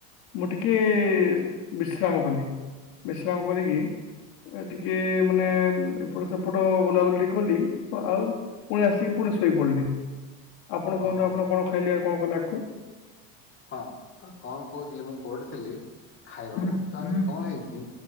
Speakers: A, on the left; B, on the left.
A: ମୁଁ ଟିକେ-ଏ ବିଶ୍ରାମ କଲି। ବିଶ୍ରାମ କରିକି ଟିକେ ଏ ମାନେ, ଏପଟ ସେପଟ ବୁଲାବୁଲି ଟିକେ କଲି। ଆଉ, ପୁଣି ଆସିକି ପୁଣି ପୁଣି ଶୋଇପଡିଲି। ଆପଣ,
B: ଓହୋ
A: କୁହନ୍ତୁ ଆପଣ କଣ ଖାଇଲେ? ଆଉ, କଣ କଲେ ଆଗକୁ?
B: ହଁ, କଣ କହୁଥିଲି? ମୁଁ କୋଉଠି ଥିଲି, ଖାଇବାକୁ!
A: ହୁଁ
B: ତ ଆଜି କଣ ହେଇଛି?